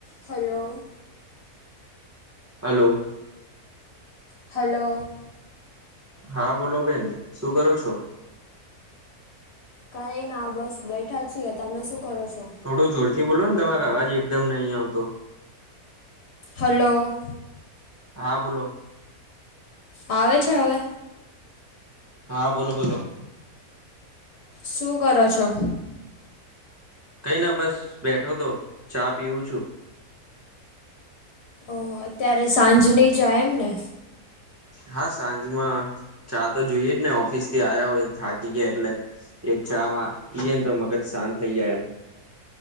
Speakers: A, on the left (about 55°); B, on the right (about 25°).
A: Hello.
B: Hello.
A: Hello.
B: હા બોલો બેેન શું કરો છો.
A: કઈ ના બસ બેઠા છીએ તમે શું કરો છો.
B: થોડો જોરથી બોલો ને તમારો અવાજ એકદમ નહીં આવતો.
A: હલો.
B: હા બોલો.
A: આવે છે હવે.
B: હા બોલો બોલો
A: શું કરો છો.
B: કઈ ના બસ બેઠો તો ચા પીવું છું.
A: ઓ અત્યારે સાંજની ચાય એમને.
B: હા સાંજમાં ચાતો જોઈએ જ ને ઓફિસ થી આયા હોય થાકી ગયા એટલે એક ચા વા પીએને તો મગજ શાંત થઈ જાય એમ.